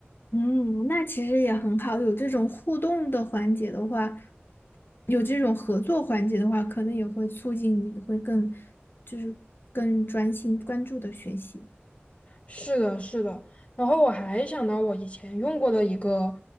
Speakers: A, on the left; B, on the left.
A: 嗯，那其实也很好，有这种互动的环节的话，有这种合作环节的话，可能也会促进你会更，就是更专心关注的学习。
B: 是的，是的。然后我还想到我以前用过的一个，